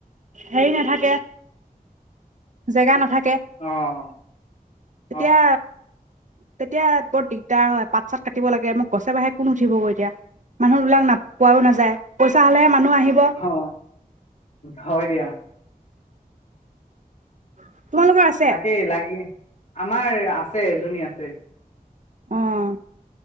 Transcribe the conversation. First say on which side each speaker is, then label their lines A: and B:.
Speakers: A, on the right (about 55°); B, on the left (about 50°).
A: হেৰি নাথাকে জেগা নাথাকে
B: আহ
A: তেতিয়া তেতিয়া বৰ দিগদাৰ হয় পাত চাত কাটিব লাগে মোক গছে বঢাহে কোন উঠিবগৈ এতিয়া মানুহ বিলিলাক নাপোৱাও নাযায় পইচা হ'লেহে মানুহ আহিব
B: অ হয় দিয়া
A: তোমালোকৰ আছে
B: তাকে লাগি আমি আমাৰ আছে এজনী আছে
A: আহ